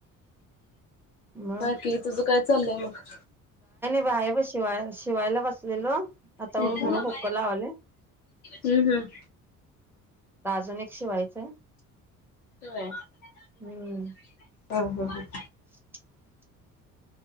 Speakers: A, in the centre; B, on the left (about 75°).
A: मग
B: बाकी तुझं काय? चालय मग
A: बाहे ब शिवाय शिवायला बसलेलो. आता
B: हम्म
A: उठलो,
B: हम्म
A: हुक्क लावालोय.
B: हम्म हम्
A: अजून एक शिवायचंय.
B: होय हा,
A: हम्म
B: हा, हा
A: <inaudible>